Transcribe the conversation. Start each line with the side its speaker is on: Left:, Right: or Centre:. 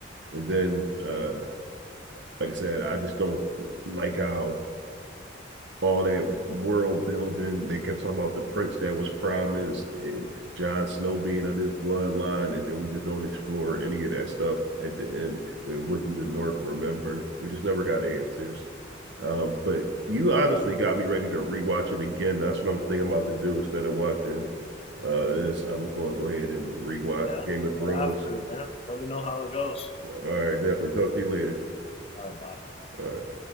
Right: and then uh, like I said, I just don't like how all that world building. They kept talking about the prince that was promised and John Snow being of this bloodline, and then we just don't explore any of that stuff at the end. We went through the North, remember? We just never got answers.
Left: know,
Right: Um,
Left: but
Right: but you honestly got me ready to rewatch it again. That's what I'm thinking about to do instead of watching uh this. I'm going to go ahead and rewatch
Left: yeah.
Right: Game of Thrones.
Left: But after it, man, let me know how it goes.
Right: All right, definitely talk to you later.
Left: All right, bye.
Right: All right.